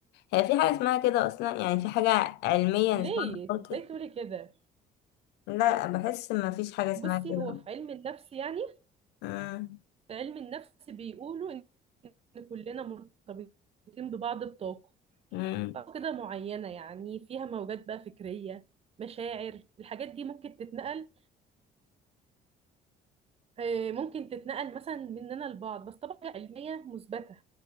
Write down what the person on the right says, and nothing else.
ليه
ازاي تقولي كده
بصي
هو في علم النفس يعني
في علم النفس بيقولوا ان كلنا مرتبطين ببعض بطاقة
طاقة كده معينة يعني فيها موجات بقى فكرية مشاعر الحاجات دي ممكن تتنقل آه، ممكن تتنقل مثلا مننا لبعض بس طبعا علمية مثبتة